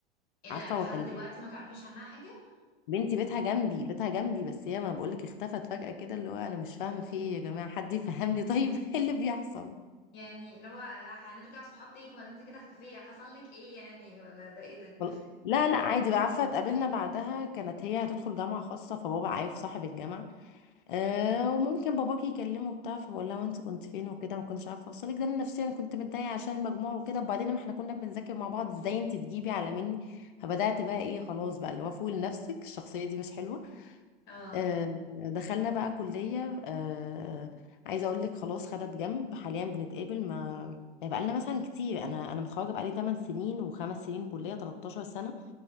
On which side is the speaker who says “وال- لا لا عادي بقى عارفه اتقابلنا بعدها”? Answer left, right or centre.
Left